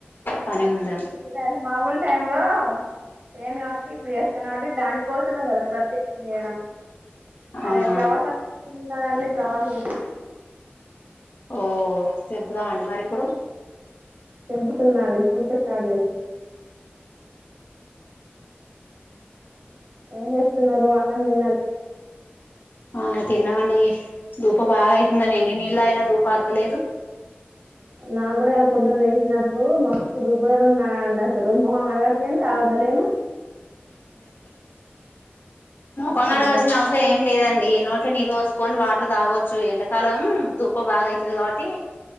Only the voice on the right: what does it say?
ఇ
నా అ మాముూలు టైంలో ఏన్ కా ఇపుడు చెస్తువ నా అ దానికోసమే కదా ప్రత్యేక వేడం
అరే ఫ్లవర్స్ అన్ని ప్రవాస
తెంపుతున్న అండి ఇప్పుడు చూపిస్తా ఒకటి ఏం చేస్తున్నారు అన్నం తిన్నారా
నాకు కూడా ఇలా పొద్దున వేసినప్పుడు మస్తు దుప్పదడు ఉన్నా అండి అసలు మొహం కడగట్లేను తగుతలేను
దాంతో